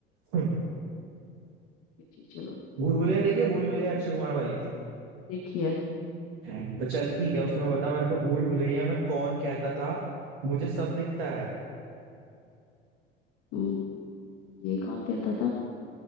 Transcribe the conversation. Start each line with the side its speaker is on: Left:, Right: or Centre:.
Right: <laughs>
Left: जी, चलो
Right: भूल भुलैया देखिए भूल भुलैया अक्षय कुमार वाली
Left: देखिए
Right: हम्म। तो चल ठीक है उसमें बता मेरे को भूल भुलैया में कौन कहता था मुझे सब दिखता है
Left: हम्म, ये कौन कहता था